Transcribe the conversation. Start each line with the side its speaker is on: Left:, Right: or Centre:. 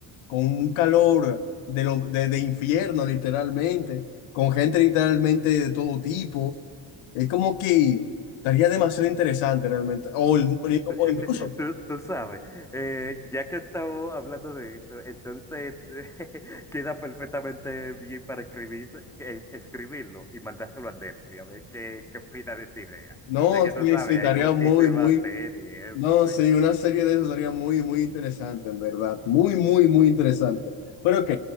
Left: con un calor de, lo- de, de infierno, literalmente, con gente literalmente de todo tipo. Es como que estaría demasiado interesante realmente. O, el- o
Centre: Tú,
Left: incluso,
Centre: tú- tú sabes, eh, ya que estamos hablando de esto, entonces <laughs> queda perfectamente bien para escribir, que- escribirlo y mandárselo a Netflix, a ver qué, qué opina de esa idea.
Left: no,
Centre: Ya que
Left: sí,
Centre: tú sabes,
Left: sí, estaría
Centre: hay muchísimas
Left: muy, muy
Centre: series,
Left: No,
Centre: eso, sí.
Left: sí, una serie de eso sería muy, muy interesante, en verdad. Muy, muy, muy interesante. Pero ok,